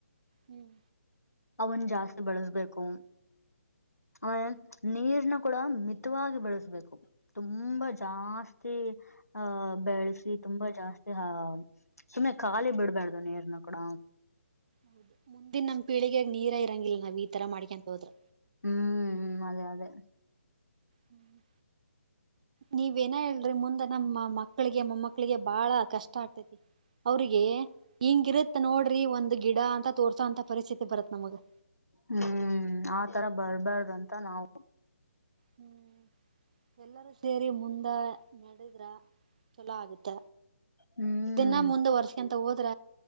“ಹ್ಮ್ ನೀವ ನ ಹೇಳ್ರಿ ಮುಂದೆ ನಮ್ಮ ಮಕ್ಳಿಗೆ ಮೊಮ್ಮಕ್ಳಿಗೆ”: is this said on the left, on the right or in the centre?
Right